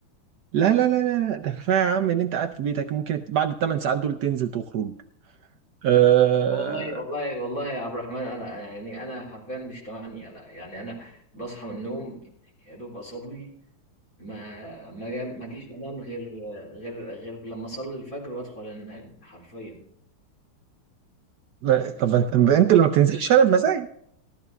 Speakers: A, on the right; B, on the left.
A: لا لا لا لا لا ده كفايه يا عم ان انت قاعد في بيتك ممكن بعد الثمان ساعات دول تنزل تخرج آه...
B: والله والله والله يا عبد الرحمن أنا يعني أنا حرفيا مش تمانية لا يعني أنا بصحى من النوم يا دوب اصلي ما ما جا- ما جيش انام غير غير غير لما اصلي الفجر وادخل انام حرفيا
A: لا، طب انت انت اللي ما بتنزلش انا بمزاج